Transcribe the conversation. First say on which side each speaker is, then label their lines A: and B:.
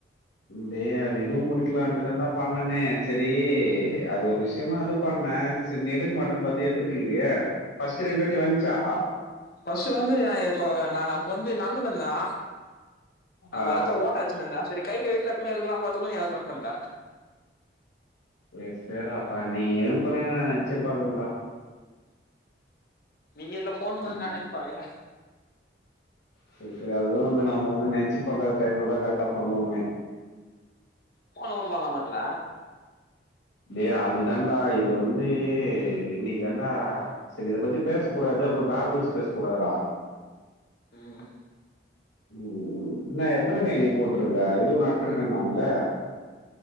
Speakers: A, on the left (about 85°); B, on the left (about 50°).
A: டேய் அது இதுவு முடிக்கலான்ட்டு தாண்டா பண்ணுனே செரி அது ஒரு விஷயமா அது பண்ணே செரி நீ எடுக்க மாட்டன்னு பாத்தே எத்துட்டு இருக்குறயே ஃபர்ஸ்ட் ரெண்டு வாட்டி வந்துச்சா
B: ஃபர்ஸ்ட் வந்தது நா கோ நானு அப்ப வந்து நடந்துன்னு இருந்தே அங்க
A: ஆ
B: ஒரு இடத்துல ஓட்ட அடச்சின்னு இருந்தே சரி கை கழுவீட்டு டக்குன்னு எடுக்கலான்னு பாத்தக்குல்ல நீ அத கட் பண்ட்ட
A: ஏ சேரிராப்பா நீ எடுப்பண்ணே நா நெனச்சி பாக்கலடா
B: நீங்க இதுல ஃபோன் பண்ணனால
A: ஆமா
B: இப்ப அதுல
A: செரி செரி அதுதா வந்து நம்ம வந்து நெனச்சி பாக்காத டைம்லதா கரெக்ட்டா பண்ணுவமே
B: ஃபோனு கூட பண்ணலாம இதுல
A: டேய் அதுதாண்டா இது வந்து இன்னக்கி தாண்டா சில இத பத்தி பேச கூடாது அப்பறோ பேட் வேர்ட்ஸ் பேச கூடாதுரா
B: ம்
A: ம் இன்ன எத்தன கை நீ போட்ருக்கா இதுவு நட்டு இருக்கனாங்களே